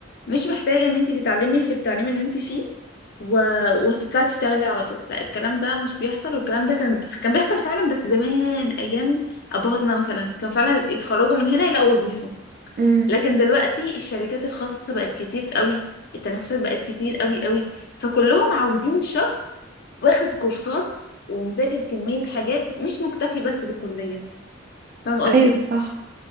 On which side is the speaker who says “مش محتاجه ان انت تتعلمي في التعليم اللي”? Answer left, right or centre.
Left